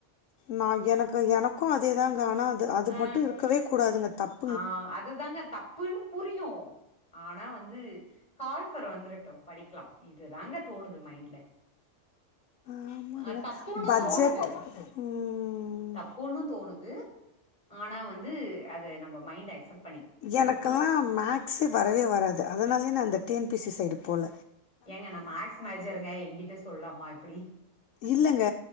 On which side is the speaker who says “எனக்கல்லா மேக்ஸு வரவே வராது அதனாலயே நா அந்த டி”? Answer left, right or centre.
Left